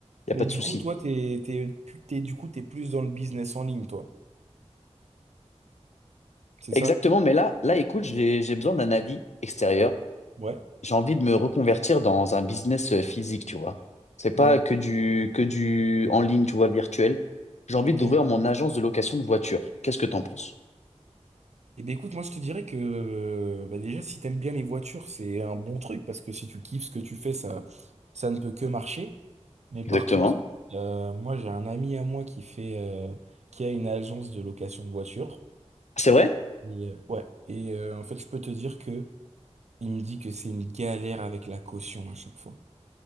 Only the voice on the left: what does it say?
Y
a pas de
souci.
Exactement, mais là, là, écoute, j'ai j'ai besoin d'un avis extérieur.
j'ai envie de me reconvertir dans un business euh, physique, tu vois. C'est pas
que du, que du en ligne, tu vois, virtuel. J'ai envie
d'ouvrir mon agence de location de voitures. Qu'est-ce que t'en penses?
Exactement.
C'est vrai?